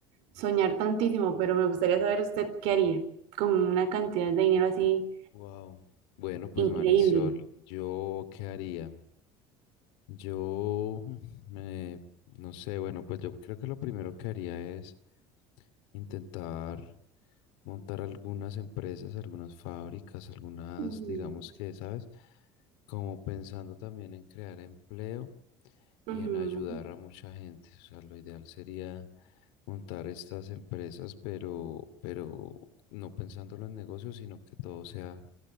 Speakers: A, on the right; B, on the left.
A: soñar tantísimo, pero me gustaría saber usted qué haría con una cantidad de dinero así
B: wow. Bueno, pues
A: increíble.
B: Marisol, ¿yo qué haría? Yo, mm, eh, no sé, bueno, pues yo creo que lo primero que haría es intentar montar algunas empresas, algunas fábricas, algunas,
A: Ujú,
B: digamos que, ¿sabes? Como pensando también en crear empleo
A: ujú,
B: y en ayudar a mucha gente. O sea, lo ideal sería montar estas empresas, pero, pero no pensándolo en negocios, sino que todo sea